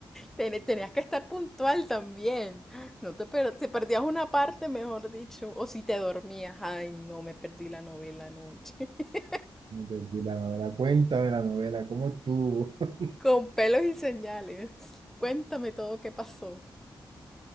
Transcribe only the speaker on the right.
Me perdí la novela. Cuéntame la novela, ¿cómo estuvo? <laughs>